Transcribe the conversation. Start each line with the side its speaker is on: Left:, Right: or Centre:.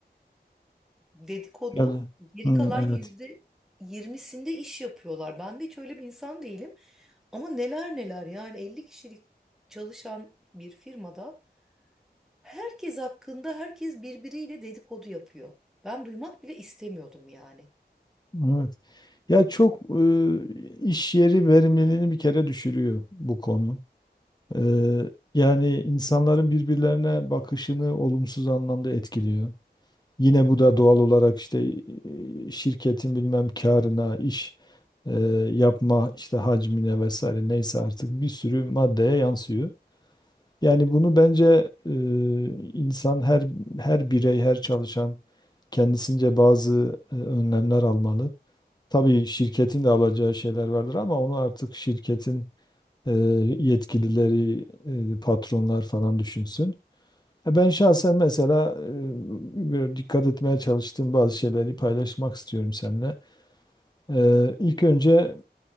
Centre: dedikodu
Left: Yani,
Centre: geri
Left: hı,
Centre: kalan
Left: evet.
Centre: yüzde yirmisinde iş yapıyorlar. Ben de hiç öyle bir insan değilim. Ama neler neler yani 50 kişilik çalışan bir firmada herkes hakkında herkes birbiriyle dedikodu yapıyor. Ben duymak bile istemiyordum yani.
Left: Evet. Ya çok e, iş yeri verimliliğini bir kere düşürüyor bu konu. Ee, yani insanların birbirlerine bakışını olumsuz anlamda etkiliyor. Yine bu da doğal olarak işte e, şirketin bilmem karına, iş e, yapma işte hacmine vesaire neyse artık bir sürü maddeye yansıyor. Yani bunu bence e, insan her her birey, her çalışan kendisince bazı e, önlemler almalı. Tabii şirketin de alacağı şeyler vardır ama onu artık şirketin e, yetkilileri, e, patronlar falan düşünsün. Ya Ben şahsen mesela e, böyle dikkat etmeye çalıştığım bazı şeyleri paylaşmak istiyorum seninle. Ee, ilk önce